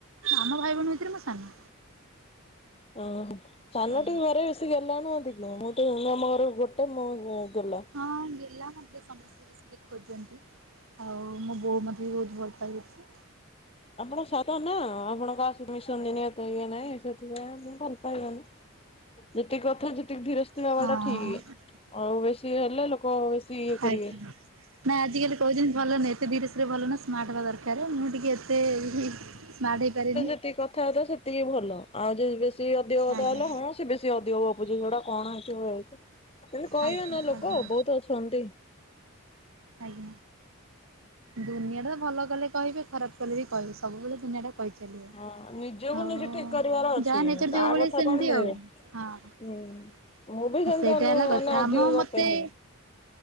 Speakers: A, on the right; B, on the left.
A: ଆମ ଭାଇ ଭଉଣୀ ଭିତେରେ ମୁଁ ସାନ।
B: ଉଁ ହୁଁ ସାନ
A: ଆଜ୍ଞା।
B: ଟିକେ ଘରେ ସିଏ ଗେହ୍ଲା ନୁହଁ ଏତିକି ମୁଁ ତ ମୁଁ ଆମ ଘର ଗୋଟେ ମୁଁ ଗୁଁ ଗେଲା।
A: ହଁ ଗେଲା ମତେ ସମସ୍ତେ ମିଶିକି ଖୋଜନ୍ତି। ଆଉ ମୋ ବୋଉ ମତେ ବି ବୋହୁତ ଭଲ ପାଏ ବେଶୀ।
B: ଆପଣ ସାତ ନା ଆପଣ କା ସଇତ୍ ମିଶନ୍ତିନି ଏତେ ଇଏ ନାଇଁ ସେଥିପାଇଁ <unintelligible> କାଇଁ ହୁଅନି ଯେତିକି କଥା ଯେତିକି ଧିର ସ୍ତିର ହବାଟା
A: ହଁ
B: ଠିଗି। ଆଉ ବେଶୀ ହେଲେ ଲୋକ ବେଶୀ ଇଏ କରିବେ।
A: ଆଜ୍ଞା। ନାଇଁ ଆଜିିକାଲି କହୁଚନ୍ତି ଭଲ ନାଇଁ ଏତେ ଧୀର ସ୍ତିର ଭଲ ନା। ସ୍ମାର୍ଟ ହବା ଦରକାରେ ମୁଁ ଟିକେ ଏତେ ହୁଁ ସ୍ମାର୍ଟ ହେଇପାରେନି।
B: ଏତିକି କଥା ହେଇଥା ସେତ୍ ତିକି ଭଲ ଆଉ ଯଦି ବେଶୀ ଅଧିକ କଥା
A: ଆଜ୍ଞା
B: ହେଲେ ହଁ ସିଏ ବେଶୀ ଅଧିକ ଗପୁଚି ସେଟା କଣ ଏଠି ବଇଚି। ଇନ୍ତି କହିବେ
A: ଆଜ୍ଞା
B: ନା ଲୋକ
A: ଆଜ୍ଞା
B: ବୋହୁତ ଅଛନ୍ତି।
A: ଆଗ୍ ଦୁନିଆଟା ଭଲ କଲେ କହିବେ ଖରାପ କଲେ ବି କହିବେ ସବୁବେଳେ ଦୁନିଆଟା କହି ଚାଲିବ
B: ହଁ ନିଜକୁ
A: ଆଉ
B: ନିଜେ ଠିକ କରିବାର ଅଛି
A: ଯାହ ନେଚର୍
B: କାହା
A: ଯୋଉ ଭଳିଆ
B: କଥା
A: ସେମତି
B: କଣ ମିଳିବ।
A: ଆଉ ହଁ।
B: ହୁଁ ମୁଁ ବି ସେମିତି
A: ସେଇଟା
B: ଅନୁ
A: ହେଲା
B: ମାନେ
A: କଥା
B: ଅଧିକ
A: ଆମ
B: ଗପେନି।
A: ମତେ